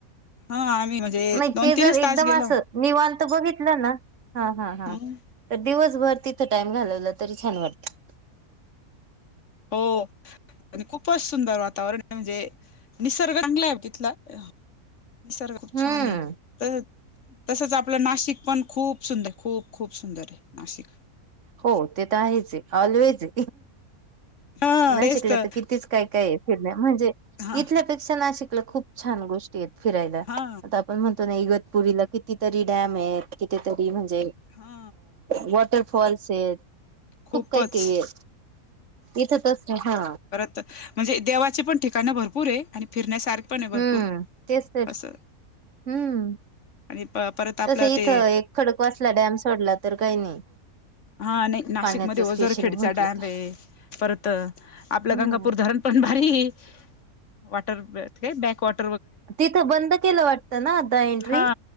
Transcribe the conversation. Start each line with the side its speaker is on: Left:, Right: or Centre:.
Left: हा आम्ही म्हणजे
Right: नाय
Left: दोन
Right: ते
Left: तीनच
Right: जर एकदम
Left: तास गेलो
Right: असं, निवांत बघितलं ना. हा ह हां.
Left: हम्म
Right: तर दिवसभर तिथं टाइम घालवला तरी छान वाटतं.
Left: हो आणि खूपच सुंदर वातावरणे. म्हणजे निसर्ग चांगलाय ओ तिथला. निसर्ग खूप
Right: हम्म.
Left: छाने. त तसंच आपलं नाशिक पण खूप सुंदर. खूप खूप सुंदरे. नाशिक.
Right: हो ते तर आहेचे. ऑलवेजे.
Left: हा
Right: नाशिकला
Left: तेच तर
Right: त कितीच काय काये. फिरण्या. म्हणजे
Left: हा
Right: इथल्यापेक्षा नाशिकला खूप छान गोष्टीयेत फिरायला.
Left: हा
Right: आता आपण म्हणतो ना. इगतपुरीला कितीतरी डॅमेत. कितीतरी म्हणजे
Left: हा
Right: वॉटर फॉल्सेत.
Left: खूपच
Right: खूप काही काही ये. इथं तस हा
Left: त म्हणजे देवाची पण ठिकाणं भरपूरे. आणि फिरण्यासारख पणे भरपूर
Right: हम्म तेच तर
Left: अस.
Right: हम्म
Left: आणि प परत आपलं
Right: तस इथं
Left: ते
Right: एक खडक वाचला डॅम सोडला तर काही नाही.
Left: हा नाही, नाशिकमध्ये
Right: पाण्याचं
Left: ओझरखेडचा
Right: स्पेशल म्हंटलं
Left: डॅमे.
Right: तर
Left: परत आपलं
Right: हम्म
Left: गंगापूर धरण पण भारी. वॉटर काय बॅकवॉट
Right: तिथं बंद केलं वाटतं ना आता एंट्री?
Left: हा